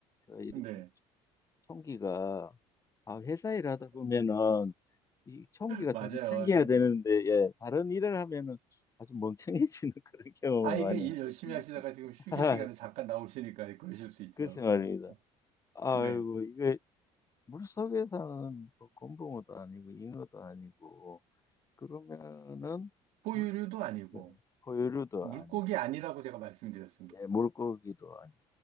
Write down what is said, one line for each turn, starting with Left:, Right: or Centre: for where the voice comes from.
Left: 제가 이렇게
Right: 네,
Left: 총기가, 아, 회사 일하다 보면은 이 총기가
Right: <laughs> 맞아요,
Left: 더 생겨야
Right: 맞아요.
Left: 되는데, 예, 다른 일을 하면은 아주 멍청해지는 <laughs> 그런 경험을
Right: 아, 이게
Left: 많이
Right: 일
Left: 합니다.
Right: 열심히 하시다가 지금 휴게
Left: 아,
Right: 시간에 잠깐 나오시니까 그러실 수 있죠.
Left: 그 생활입니다.
Right: 네.
Left: 아이고,
Right: 네.
Left: 이거 물속에 사는 뭐 곰붕어도 아니고 잉어도 아니고 그러면은
Right: 포유류도
Left: 물속
Right: 아니고,
Left: 네, 포유류도
Right: 물고기
Left: 아니
Right: 아니라고 제가 말씀드렸습니다.
Left: 예, 물고기도 아니